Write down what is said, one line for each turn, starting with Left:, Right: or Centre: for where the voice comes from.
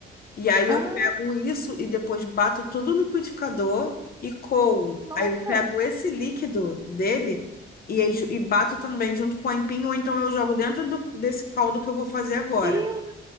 Left: E aí
Right: Ah,
Left: eu pego isso e depois bato tudo no liquidificador e coo.
Right: nossa,
Left: Aí eu pego esse líquido dele e, e bato também junto com a empinho, ou então eu jogo dentro do- desse caldo que eu vou fazer agora.
Right: que,